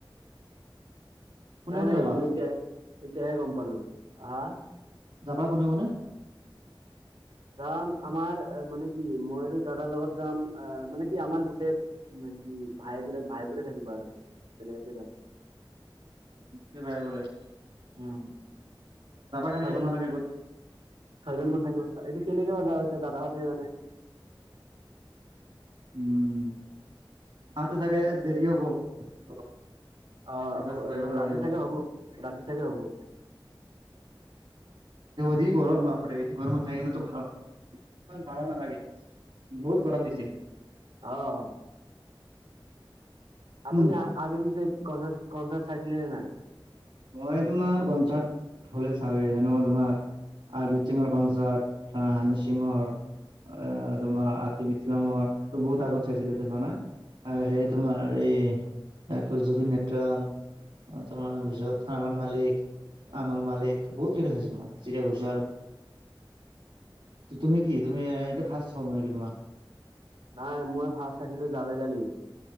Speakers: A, on the right (about 70°); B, on the right (about 80°).
A: কোনে
B: নাই
A: কোনে
B: নাই
A: যাবা
B: মই এতিয়া, এতিয়াহে গম পালোঁ। হা?
A: যাবা কোনে কোনে?
B: যাম আমাৰ মানে কি মইতো দাদাৰ লগত যাম আ, মানে কি আমাৰ গোটেই নেকি ভাইবোৰ ভাইবোৰে থাকিব আৰু তেনেকে যাম।
A: গোটেই ভাইবোৰেই।
B: উম'
A: কেনেকে
B: চাগন-
A: তোমালোকে গোট
B: ছয়জন মান থাকিব, এতিয়া কেনেকে বা যাওঁ এতিয়া দাদাহঁতেহে জানে।
A: উম' আৰুতো চাগে দেৰি হব অলপ।
B: অঁ' আকৌ
A: দহটা এঘাৰটা
B: মানে ৰাতি
A: বাজিব
B: চাগে হব, ৰাতি চাগে হব।
A: যি গৰম বাপৰে এইটো গৰমত যাই কিনেটো ভাল ইমান ভালো নালাগে বহুত- গৰম দিছে
B: উম' অঁ' আপুনি
A: উম,
B: আগে পিছে কনাৰট কনচাৰ্ট চাইছিলে নে নাই?
A: মই তোমাৰ কনচাত হলে চাওঁৱে। যেনেকুৱা তোমাৰ- আদিত সিঙৰ কনচাৰ্ট হানি সিঙৰ। আহ
B: উম,
A: তোমাৰ আতিফ ইছলামৰ ত' বহুত আগত চাইছিলো এতিয়া চোৱা নাই। আৰু সেই
B: উম।
A: তোমাৰ এই জুবিন নেট্ৰাল তোমাৰ পিছত- আৰমান মালিক আমল মালিক বহুত কেইটা চাইচো তোমাৰ চিৰিয়া ঘোষাল। ত' তুমি কি তুমি এতিয়া ফাষ্ট হব নেকি তোমাৰ?
B: নাই মই ফাৰ্ষ্ট চাইছিলো জাবেদালি।